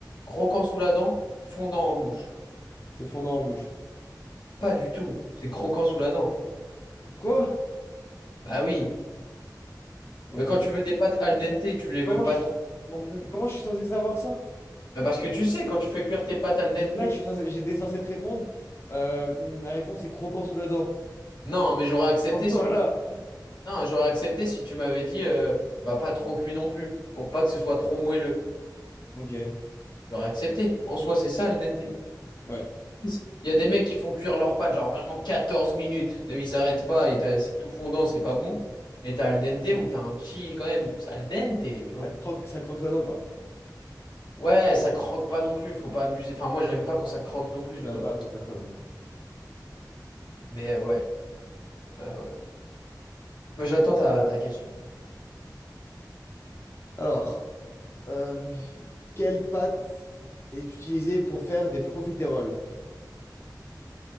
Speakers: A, on the left (about 80°); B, on the left (about 35°).
A: croquant sous la dent, fondant en bouche.
B: C'est fondant en bouche.
A: Pas du tout. C'est croquant sous la dent.
B: Quoi?
A: Bah oui.
B: Ok.
A: Mais quand tu veux des pâtes al dente, tu les veux
B: Comment je
A: pas
B: suis,
A: trop non plus.
B: comment je suis censé savoir ça?
A: Bah parce que tu sais, quand tu fais cuire tes pâtes al
B: Donc
A: dente.
B: là, je suis censé- j'étais censé te répondre. Euh, la réponse est croquant sous la dent.
A: Non, mais j'aurais accepté
B: <laughs>
A: si
B: Voilà.
A: Non, j'aurais accepté si tu m'avais dit euh, bah pas trop cuit non plus, pour pas que ce soit trop moelleux.
B: Ok,
A: J'aurais accepté. En soi, c'est ça al dente.
B: ouais.
A: Il y a des mecs qui font cuire leurs pâtes genre vraiment 14 minutes. T'as vu, ils s'arrêtent pas et t'as- c'est tout fondant, c'est pas bon. Et t'as al dente où t'as un petit quand même, c'est al dente, tu vois.
B: Ça croque, ça croque sous la dent, quoi.
A: Ouais, ça croque pas non plus, faut pas abuser. Enfin, moi, j'aime pas quand ça croque non plus,
B: J'aime
A: tu vois.
B: pas quand ça croque, moi.
A: Mais euh, ouais, euh, ouais. Mais j'attends ta, ta question.
B: Alors, euh, quelle pâte est utilisée pour faire des profiteroles?